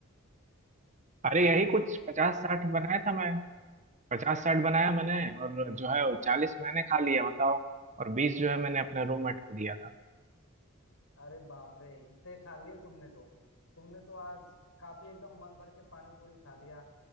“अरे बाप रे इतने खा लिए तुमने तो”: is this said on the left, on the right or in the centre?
Left